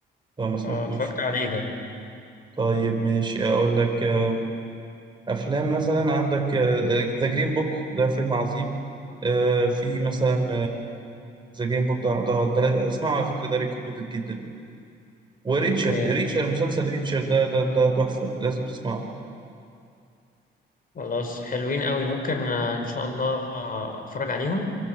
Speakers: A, on the right (about 25°); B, on the left (about 45°).
A: لو ما سمعتوش
B: اه اتفرجت عليه ده
A: طيب ماشي اقول لك آه، افلام مثلا عندك ذا جرين بوك ده فيلم عظيم آه، في مثلا ذا جرين بوك ده ده ده- اسمعه على فكره ده ريكومندد جدا وريتشر
B: أوكي
A: ريتشر مسلسل ريتشر ده ده ده تحفة لازم تسمعه
B: خلاص حلوين أوي ممكن آه، إن شاء الله آه، أتفرج عليهم